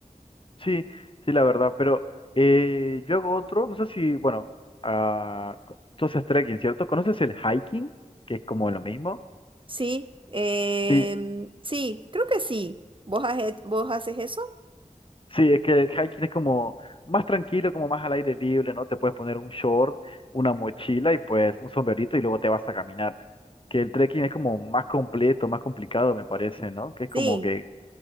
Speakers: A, on the left (about 40°); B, on the right (about 35°).
A: Sí, sí, la verdad, pero eh, yo hago otro, no sé si, bueno, ah, tú haces trekking, ¿cierto? ¿Conoces el hiking? Que es como lo mismo.
B: Sí, em,
A: Sí,
B: sí, creo que sí. ¿Vos, has he- vos haces eso?
A: sí, es que el hiking es como más tranquilo, como más al aire libre, ¿no? Te puedes poner un short, una mochila y pues un sombrerito y luego te vas a caminar. Que el trekking es como más completo, más complicado, me parece, ¿no? Que es como
B: Sí,
A: que